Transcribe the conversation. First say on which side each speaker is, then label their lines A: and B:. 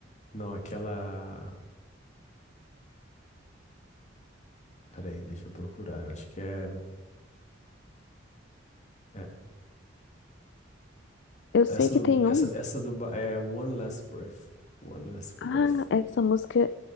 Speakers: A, on the left (about 40°); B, on the left (about 65°).
A: Não, aquela. Peraí, deixa eu procurar. Eu acho que é. É,
B: Eu sei
A: Essa
B: que
A: do,
B: tem
A: essa,
B: um.
A: essa do, Ba- é One Last Breath. One Last Breath.
B: Ah, essa música.